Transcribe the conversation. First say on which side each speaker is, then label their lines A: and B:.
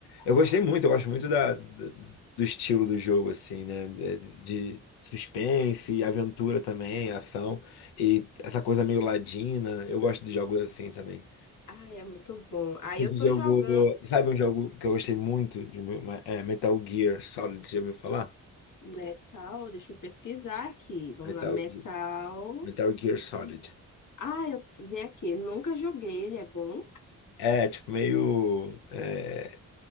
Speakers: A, on the left (about 85°); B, on the left (about 50°).
A: Eu gostei muito, eu gosto muito da, do do estilo do jogo, assim, né? De de suspense, aventura também, ação, e essa coisa meio ladina. Eu gosto de jogos assim também.
B: Ai, é muito bom. Aí
A: Esse
B: eu tô
A: jogo,
B: jogando.
A: sabe um jogo que eu gostei muito? De, uma- é Metal Gear Solid, você já ouviu falar?
B: Metal, deixa eu pesquisar aqui. Vamos
A: Metal,
B: lá, metal.
A: Ge- Metal Gear Solid.
B: Ah, eu vi aqui. Nunca joguei, ele é bom.
A: É, tipo, meio. é,